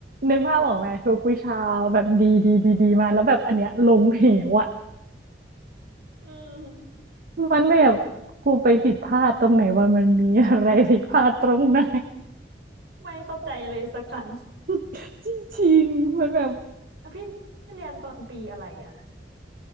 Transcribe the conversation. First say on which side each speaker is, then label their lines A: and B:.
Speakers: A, on the right; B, on the right.
A: นึกภาพออกไหมทุกวิชาแบบดีดีดีดีมาแล้วแบบอันเนี้ยลงเหวอะ
B: อืม
A: มันแบบครูไปผิดพลาดตรงไหนว่ามันมีอะไรผิดพลาดตรงไหน
B: ไม่เข้าใจเลยสักครั้ง
A: <laughs> จริงๆมันแบบ
B: อ่ะพี่เรียนตอนปีอะไรอ่ะ